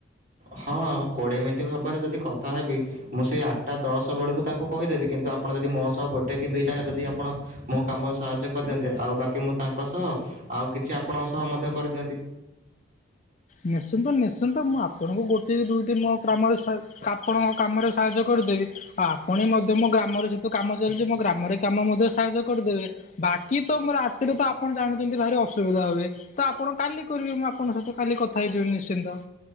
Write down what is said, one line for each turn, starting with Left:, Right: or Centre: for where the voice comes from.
Right: ହଁ କୋଡିଏ ମିନିଟ ଭାବରେ ଯଦି କଥା ହେବି ମୁଁ ସେଇ ଆଠଟା ଦଶ ବେଳକୁ ତାଙ୍କୁ କହିଦେବି କିନ୍ତୁ ଆପଣ ଯଦି ମୋ ସହ ଗୋଟେ କି ଦୁଇଟା ଯଦି ଆପଣ ମୋ କାମରେ ସାହାଯ୍ୟ କରିଦିଅନ୍ତେ ଆଉ ବାକି ମୁଁ ତାଙ୍କ ସହ, ଆଉ କିଛି ଆପଣଙ୍କ ସହ ମଧ୍ୟ କରିଦିଅନ୍ତି।
Left: ନିଶ୍ଚିନ୍ତ ନିଶ୍ଚିନ୍ତ ମୁଁ ଆପଣଙ୍କୁ ଗୋଟିଏ ଦୁଇଟି ମୋ କାମରେ ସା ଆପଣଙ୍କ କାମରେ ସାହାଯ୍ୟ କରିଦେବି। ଆପଣ ବି ମଧ୍ୟ ମୋ ଗ୍ରାମରେ ଯେହେତୁ କାମ ଚାଲିଛି ମୋ ଗ୍ରାମରେ କାମ ମଧ୍ୟ ସାହାଯ୍ୟ କରିଦେବେ। ବାକି ତ ରାତିରେ ତ ଆପଣ ଜାଣିଛନ୍ତି ଭାରି ଅସୁବିଧା ହୁଏ, ତ ଆପଣ କାଲି କରିବେ ମୁଁ ଆପଣଙ୍କ ସହିତ। କାଲି କଥା ହେଇଯିବେ ନିଶ୍ଚିନ୍ତ।